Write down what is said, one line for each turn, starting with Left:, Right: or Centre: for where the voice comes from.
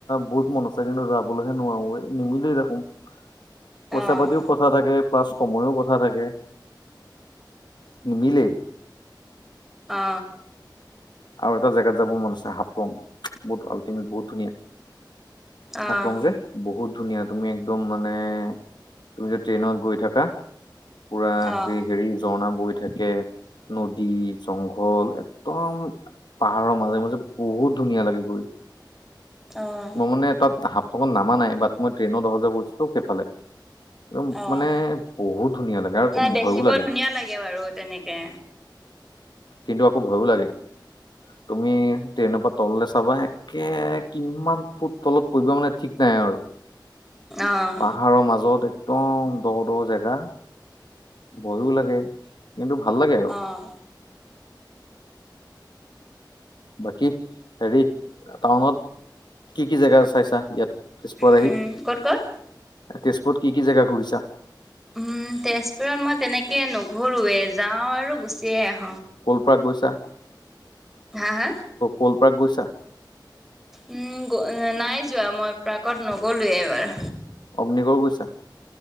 Left: বহুত মন আছে। কিন্তু যাবলৈহে নোৱাৰো, এই নিমিলেই দেখোন। পইচা
Centre: অ',
Left: পাতিও কথা থাকে। প্লাছ সময়ো কথা থাকে, নিমিলেই।
Centre: অ।
Left: আৰু এটা জেগাত যাব মন আছে। হাপলং, বহুত আল্টিমেট বহুত ধুনীয়া।
Centre: অ',
Left: হাফলং যে বহুত ধুনীয়া। তুমি একদম মানে তুমি যে ট্ৰেইনত গৈ থাকা পুৰা
Centre: অ',
Left: হে হেৰি ঝৰ্ণা বৈ থাকে, নদী, জংঘল একদম পাহাৰৰ মাজে মাজে বহুত ধুনীয়া লাগে গৈ।
Centre: অ',
Left: মই মানে তাত হাফলংত নামা নাই। বাট মই ট্ৰেইনত অহা যোৱা কৰিছোটো সেইফালে। একদম
Centre: অ',
Left: মানে বহুত ধুনীয়া লাগে আৰু
Centre: নাই দেখিব
Left: ভয়ো লাগে।
Centre: ধুনীয়া
Left: <inaudible>
Centre: বাৰু তেনেকে
Left: কিন্তু আকৌ ভয়ো লাগে। তুমি ট্ৰেইনৰ পৰা তললে চাবা, একে কিমান ফুট তলত পৰিবা মানে ঠিক নাই। নাই আৰু
Centre: অ',
Left: পাহাৰৰ মাজত একদম দ দ জেগা। ভয়ো লাগে, কিন্তু ভাল লাগে আৰু।
Centre: অ',
Left: বাকী হেৰি টাউনত কি কি জেগা চাইছা ইয়াত? তেজপুৰত
Centre: উম,
Left: আহি
Centre: ক'ত ক'ত?
Left: তেজপুৰত কি কি জেগা ঘূৰিছা?
Centre: উম, তেজপুৰত মই তেনেকে নুঘুৰুৱে। যাও আৰু গুচিয়ে আহো।
Left: কলপাক গৈছা?
Centre: হা', হা',
Left: ক'ল পাৰ্ক গৈছা?
Centre: উম, নাই যোৱা মই প্ৰৰ্কত নাই যোৱা এইবাৰ।
Left: অগ্নিগড় গৈছা?